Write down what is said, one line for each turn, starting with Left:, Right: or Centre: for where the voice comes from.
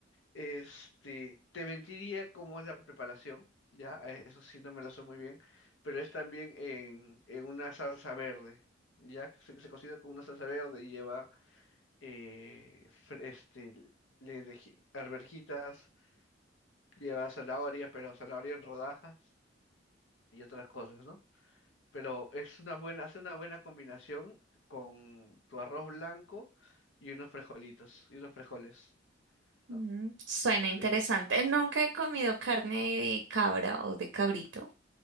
Left: Este, te mentiría cómo es la preparación, ya, a eso sí no me lo sé muy bien, pero es también en, en una salsa verde, ya, se, se cocina con una salsa verde y lleva, eh, fr- este, le deji- arvejitas, lleva zanahoria, pero zanahoria en rodajas y otras cosas, ¿no? pero es una buena, hace una buena combinación con tu arroz blanco y unos frijolitos, y unos frijoles,
Right: Mm,
Left: ¿no?
Right: suena
Left: Sí,
Right: interesante.
Left: es- es-
Right: Nunca he comido carne de cabra o de cabrito,